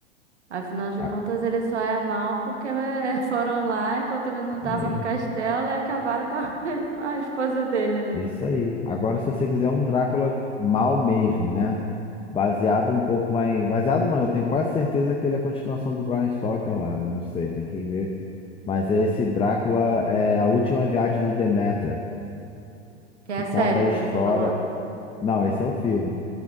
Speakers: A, on the right (about 75°); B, on the left (about 15°).
A: Afinal de
B: A-
A: contas, ele só é mal porque eh, <laughs> foram lá enquanto ele não tava
B: É
A: no castelo e acabaram com a <laughs> a esposa dele, né?
B: é isso aí. Agora, se você quiser um Drácula mal mesmo, né? Baseado um pouco lá em. Baseado não, eu tenho quase certeza que ele é a continuação do Bram Stoker lá. Não sei, tem que ver. Mas é esse Drácula é a última viagem do Demeter,
A: Que
B: que
A: é a série
B: conta a
A: que
B: história.
A: você falou.
B: Não, esse é o filme.